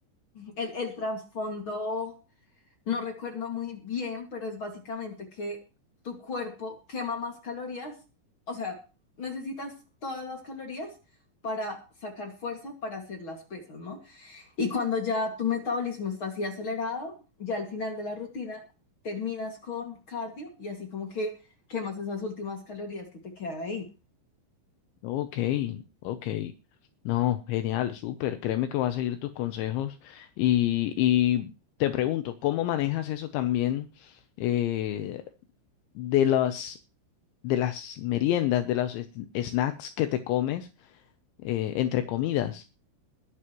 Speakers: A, on the left; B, on the left.
A: el, el trasfondo no recuerdo muy bien, pero es básicamente que tu cuerpo quema más calorías, o sea, necesitas todas las calorías para sacar fuerza para hacer las pesas, ¿no? Y cuando ya tu metabolismo está así acelerado, ya al final de la rutina terminas con cardio y así como que quemas esas últimas calorías que te quedan ahí.
B: Ok, ok. No, genial, súper. Créeme que voy a seguir tus consejos. Y, y te pregunto, ¿cómo manejas eso también eh, de las, de las meriendas, de los es- snacks que te comes eh, entre comidas?